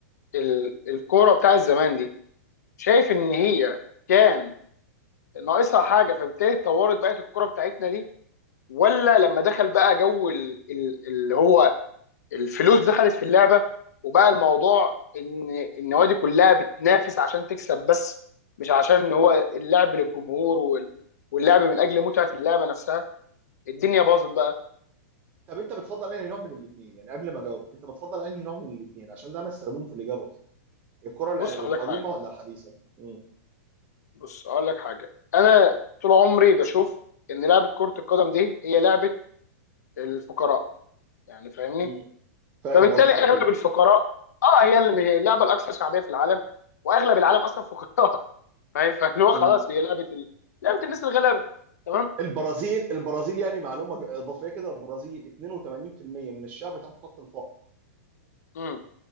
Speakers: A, on the left; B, on the right.
A: ال- الكوره بتاعت زمان دي شايف ان هي كان ناقصها حاجه فبالتالي اتطورت بقت الكوره بتاعتنا دي ولا لما دخل بقى جو ال- ال- اللي هو الفلوس دخلت في اللعبه وبقى الموضوع ان النوادي كلها بتنافس عشان تكسب بس مش عشان ان هو اللعب للجمهور وال- واللعب من اجل متعه اللعبه نفسها الدنيا باظت بقى
B: طب انت بتفضل انهي نوع من الاثنين يعني قبل ما اجاوبك انت بتفضل انهي نوع من الاثنين عشان ده انا استخدمه في الاجابه اصلا الكرة ال-
A: بص
B: القديمه
A: اقول لك حاجه
B: ولا الحديثه مم.
A: بص اقول لك حاجه انا طول عمري بشوف ان لعبه كره القدم دي هي لعبه الفقراء يعني فاهمني
B: مم. فاهم
A: فبالتالي
B: قصدك
A: اغلب
B: اكيد
A: الفقراء اه هي اللي هي اللعبه الاكثر شعبيه في العالم واغلب العالم اصلا فقراء <laughs> فاهم فاللي هو
B: مم.
A: خلاص هي لعبه ال... لعبه الناس الغلابه تمام
B: البرازيل البرازيل يعني معلومه ج- اضافيه كده البرازيل 82% من الشعب تحت خط الفقر
A: امم